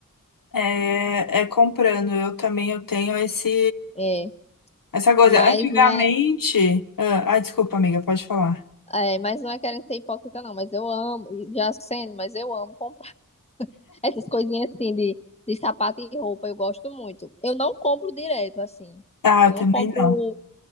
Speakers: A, on the left; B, on the left.
A: É, é comprando. Eu também eu tenho esse
B: É.
A: essa coisa.
B: Mas
A: Antigamente,
B: não é,
A: ah, ai, desculpa, amiga, pode falar.
B: é, mas não é querendo ser hipócrita, não. Mas eu amo, e já sendo, mas eu amo comprar <laughs> essas coisinhas assim de, de sapato e roupa, eu gosto muito. Eu não compro direto, assim.
A: Ah,
B: Eu
A: eu
B: não
A: também
B: compro
A: não.